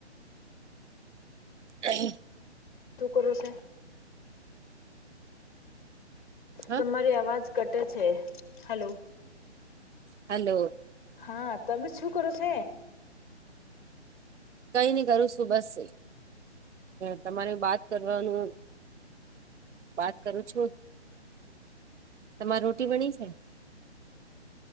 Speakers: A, on the right; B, on the left.
A: <inaudible>
B: શું કરો સે?
A: હા
B: તમારી આવાજ કટે છે. હલો
A: હલો
B: હા તમે શું કરો છે?
A: કઈ નઈ કરું સુ બસ તમારે બાત કરવાનું બાત કરું છું. તમારે રોટી બની છે?